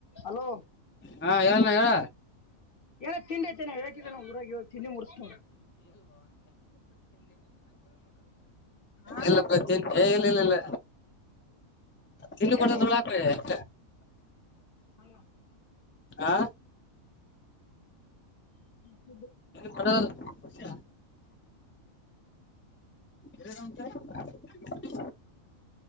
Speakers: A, on the left; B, on the left.
A: Hello
B: ಹಾ ಹೇಳಣ್ಣ ಹೇಳ
A: ಏನ ತಿಂಡಿ ತೇನೆ ಹೇಕಿದ್ದ ನ ಊರಾಗಿ ತಿಂಡಿ ಮುರ್ಸ್ಕೊಂಡು ಹಾ
B: ಇಲ್ಲ ಬತೀನ್ ಏ ಇಲ್ಲ ಇಲ್ಲ ಇಲ್ಲ ತಿಲು ಕೊಡದ
A: ಏನ್ ಐತಿ?
B: ಒಳಾಕ್ಷ್ಟ
A: ಹ್ಮ
B: ಆಾ
A: ಹ
B: ಡ ರಂಟ ರ ಗಂಟೆ